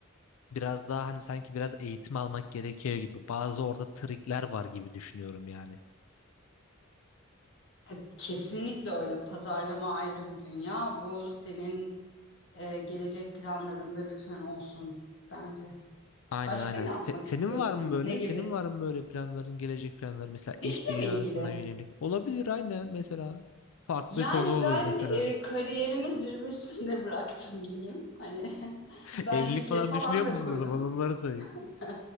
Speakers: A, on the left; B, on the left.
A: biraz daha hani sanki biraz eğitim almak gerekiyor gibi. Bazı orada trikler var gibi düşünüyorum yani.
B: E, Kesinlikle öyle. Pazarlama ayrı bir dünya. Bu senin e, gelecek planlarında lütfen olsun bence.
A: Aynen
B: Başka
A: aynen.
B: ne
A: Se-
B: yapmak
A: senin
B: istiyorsun?
A: var mı böyle?
B: Ne gibi?
A: Senin var mı böyle planların, gelecek planları mesela
B: İşle
A: iş dünyasına
B: mi ilgili?
A: yönelik? Olabilir aynen mesela. Farklı
B: Yani
A: konu olur
B: ben
A: mesela.
B: e, kariyerimi zirvesinde <laughs> bıraktım diyeyim. Hani <laughs>
A: <laughs>
B: ben
A: Evlilik
B: şirket
A: falan
B: falan
A: düşünüyor
B: da
A: musun
B: kurdum.
A: o zaman? Onları sayayım.
B: <laughs>